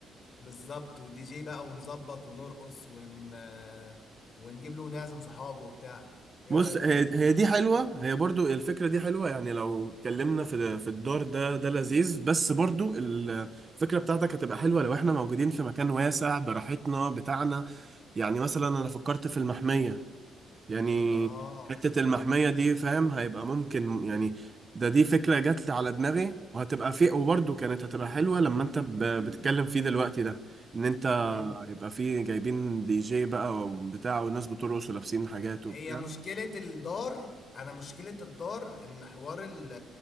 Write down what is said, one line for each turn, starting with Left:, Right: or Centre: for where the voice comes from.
Left: بالظبط ودي جي بقى ونظبط ونرقص ون آه، ونجيب له ونعزم صحابه وبتاع ايه
Right: بص
Left: رأيك
Right: هي
Left: في دي؟
Right: هي دي حلوة هي برضو الفكرة دي حلوة يعني لو اتكلمنا في في الدار ده ده لذيذ بس برضو ال- الفكرة بتاعتك هتبقى حلوة لو احنا موجودين في مكان واسع براحتنا بتاعنا يعني مثلا انا فكرت في المحمية يعني
Left: اه
Right: حتة المحمية دي فاهم هيبقى ممكن يعني ده دي فكرة جات لي على دماغي وهتبقى في وبرضه كانت هتبقى حلوة لما انت ب- بتتكلم فيه دلوقتي ده ان انت
Left: حلو
Right: هيبقى فيه جايبين دي جي بقى وبتاع والناس بترقص ولابسين حاجات وبتاع
Left: هي مشكلة الدار أنا مشكلة الدار إن حوار ال